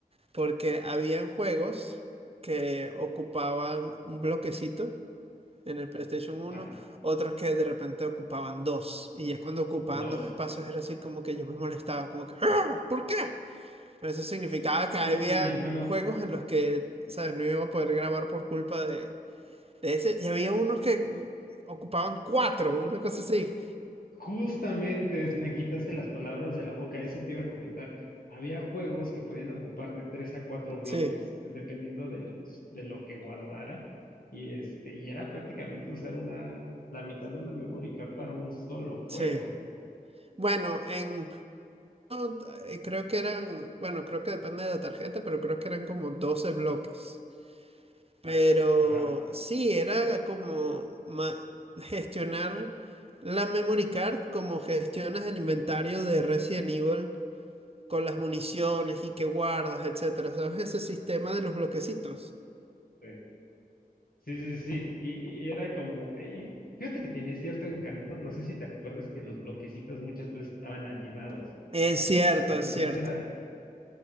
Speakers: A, on the right; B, on the left.
A: porque habían juegos que ocupaban un bloquecito en el PlayStation uno,
B: ajá.
A: otros que de repente ocupaban dos. Y ya cuando ocupaban
B: Dos.
A: dos espacios era así como que yo me molestaba, como que, "¡Ah! ¿por qué? Pero eso significaba que habían
B: Y, y, hermano,
A: juegos en los que, ¿sabes? No iba a poder grabar por culpa de, de ese. Y había unos que ocupaban cuatro, una cosa así.
B: justamente es- me quitaste las palabras de la boca, eso te iba a comentar. Había juegos que podían ocupar de tres a cuatro bloques,
A: Sí,
B: eh, dependiendo de los, de lo que guardara. Y este, y era prácticamente usar una, la mitad de una memory card para un solo juego.
A: sí. Bueno, en... no, eh, Creo que eran, bueno, creo que depende de la tarjeta, pero creo que eran como 12 bloques. Pero
B: Ajá,
A: sí, era como ma- gestionar la memory card como gestionas el inventario de Resident Evil con las municiones y que guardas, etcétera, ¿sabes? Ese sistema de los bloquecitos.
B: sí. Sí, sí, sí. Y, y era como, eh, y fíjate que tenía cierto encanto. No sé si te acuerdas que los bloquecitos muchas veces estaban animados.
A: Es cierto,
B: Entonces
A: es cierto.
B: era,